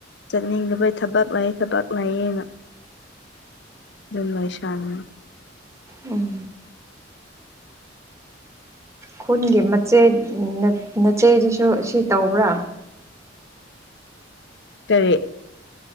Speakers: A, on the left (about 65°); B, on the right (about 15°).
A: ꯆꯠꯅꯤꯡꯗꯕꯩ ꯊꯕꯛ ꯂꯩ ꯊꯕꯛ ꯂꯩꯌꯦꯅ ꯑꯗꯨꯝ ꯂꯩꯁꯟꯕꯅꯦ
B: ꯑꯨꯝ ꯈꯨꯟꯒꯤ ꯃꯆꯦ ꯅꯆꯦꯗꯨꯁꯨ ꯁꯤ ꯇꯧꯕ꯭ꯔ
A: ꯀꯔꯤ